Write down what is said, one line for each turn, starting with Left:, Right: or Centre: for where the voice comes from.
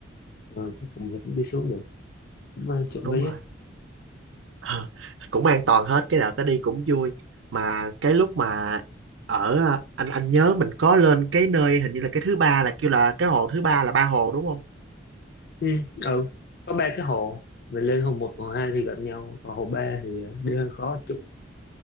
Left: ừ, cuối cùng thì cũng đi xuống được cũng ờ, trộm
Right: đúng
Left: vía
Right: rồi Ờ, cũng an toàn hết cái nào cái đi cũng vui mà cái lúc mà ở à, anh anh nhớ mình có lên cái nơi hình như là cái thứ ba là kêu là cái hồ thứ ba là ba hồ đúng không
Left: ừ. ừ. có ba cái hồ mình lên hồ một hồ hai thì gần nhau còn hồ ba thì ờ, đi hơi khó chút